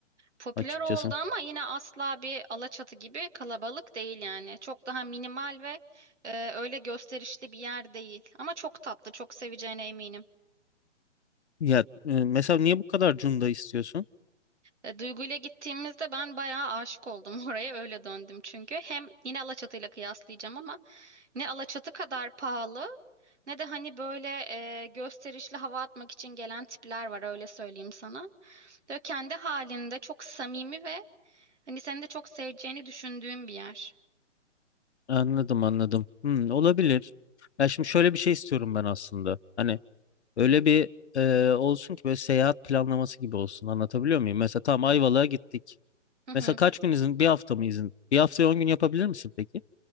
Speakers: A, on the right; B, on the left.
A: Popüler
B: açıkçası.
A: oldu ama yine asla bir Alaçatı gibi kalabalık değil yani. Çok daha minimal ve e, öyle gösterişli bir yer değil. Ama çok tatlı, çok seveceğine eminim.
B: Ya e, mesela niye bu kadar Cunda istiyorsun?
A: E, Duygu'yla gittiğimizde ben bayağı aşık oldum <laughs> oraya öyle döndüm çünkü. Hem yine Alaçatı'yla kıyaslayacağım ama ne Alaçatı kadar pahalı ne de hani böyle e, gösterişli hava atmak için gelen tipler var öyle söyleyeyim sana. Böyle kendi halinde çok samimi ve hani seni de çok seveceğini düşündüğüm bir yer.
B: Anladım anladım. Hmm, olabilir. Ya şimdi şöyle bir şey istiyorum ben aslında. Hani öyle bir e, olsun ki böyle seyahat planlaması gibi olsun. Anlatabiliyor muyum? Mesela tamam Ayvalık'a gittik.
A: Hı hı.
B: Mesela kaç gün izin? Bir hafta mı izin? Bir haftaya 10 gün yapabilir misin peki?